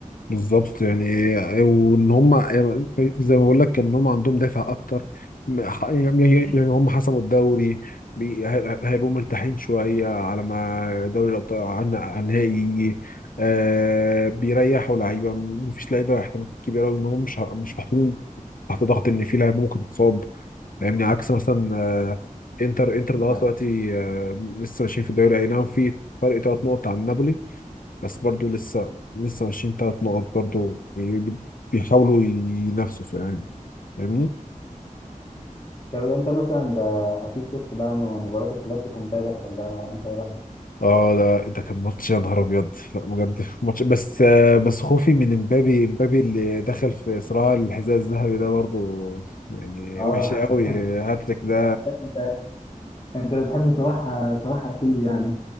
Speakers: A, on the left; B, on the left.
A: بالظبط يعني وان هم زي ما بقول لك ان هم عندهم دافع اكتر يعني يعني هم حسموا الدوري بي- هي- هيبقوا مرتاحين شويه على ما دوري الابطال عن عن النهائي يجي آه بيريحوا لعيبه مفيش لعيبه احتمال كبير قوي ان هم مش ه- مش محطوطين تحت ضغط ان في لعيبه ممكن تتصاب يعني عكس مثلا آه انتر انتر لغايه
B: فعلا.
A: دلوقتي آه لسه ماشيين في الدوري اي نعم في فرق ثلاث نقط عن نابولي بس برضو لسه لسه ماشيين تلات نقط برضو يعني بي- بيحاولوا ينافسوا في يعني فاهمني؟
B: طب انت مثلا ده اكيد شفت بقى مباراة الكلاسيكو امبارح ولا انت ايه رايك؟
A: اه ده ده كان ماتش يا نهار ابيض لا بجد ماتش بس آه، بس خوفي من امبابي امبابي اللي دخل في صراع الحذاء الذهبي ده برضو يعني
B: اه
A: وحش قوي
B: <laughs>
A: هاتريك ده
B: لا انت انت بتحب صلاح صلاح اصيل يعني